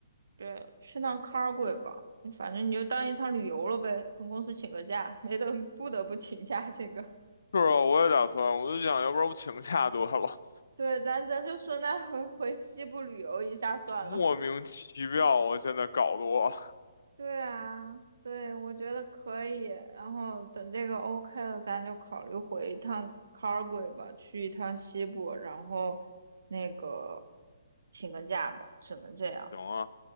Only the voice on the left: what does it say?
是啊，我也打算，我就想要不然我请假得了，
莫名其妙，我现在搞得我。
行啊，